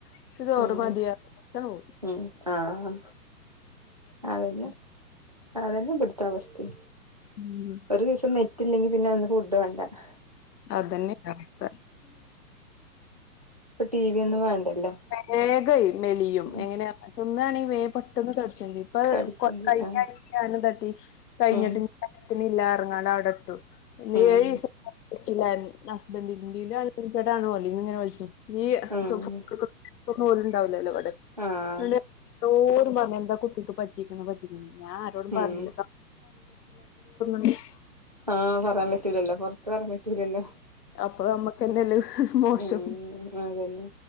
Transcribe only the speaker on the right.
ഉം
ഉം ആഹ് അതന്നെ
അതന്നെ ഇബടുത്ത അവസ്ത്തിം.
ഒരു ദിവസം നെറ്റില്ലെങ്കിൽ പിന്നെ അന്ന് ഫുഡ് വേണ്ട <inaudible>
ടി വി ഒന്നും വേണ്ടല്ലോ
ഉം
തടിക്കും ചെയ്യും
ആഹ്
ഉം
ഉം
ഉം
ആഹ്
ഉം
ആഹ് പറയാൻ <unintelligible> പറ്റൂലല്ലോ?
ഉം അതന്നെ